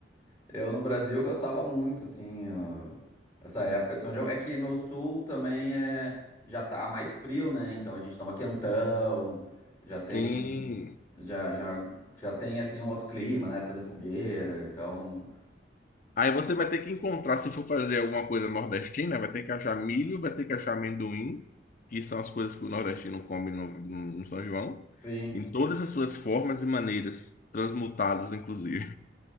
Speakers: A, on the left; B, on the left.
A: Eu no Brasil gostava muito, assim, ó, essa época de São João. É que no sul também é, já tá mais frio, né? Então a gente toma quentão, já
B: Sim.
A: tem, já, já, já tem, assim, um outro clima, né? Fazer fogueira, então,
B: Aí você vai ter que encontrar, se for fazer alguma coisa nordestina, vai ter que achar milho, vai ter que achar amendoim, que são as coisas que o nordestino come no, no- São João,
A: sim.
B: em todas as suas formas e maneiras, transmutados, inclusive.